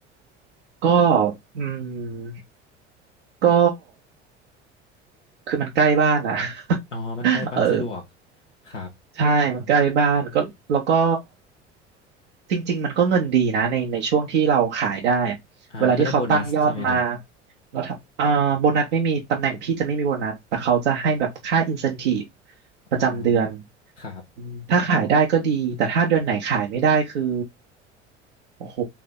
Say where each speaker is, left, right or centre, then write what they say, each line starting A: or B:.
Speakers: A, on the right; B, on the left.
A: ก็อืมก็คือมันใกล้บ้านนะ
B: อ๋อมันใกล้ปันสะดวก
A: <laughs> เออ
B: ครับ
A: ใช่ มันใกล้บ้านก็แล้วก็จริงๆมันก็เงินดีนะในในช่วงที่เราขายได้อะเวลาที่เขาตั้งยอดมา
B: อ่ามันก็ได้โบนัสใช่ไหมครับ
A: แล้วถ้าเอ่อโบนัสไม่มีตำแหน่งพี่จะไม่มีโบนัสแต่เขาจะให้แบบค่าอินเซนทีฟประจำเดือน
B: อ๋อครับ
A: อืมถ้าขายได้ก็ดีแต่ถ้าเดือนไหนขายไม่ได้คือโอ้โห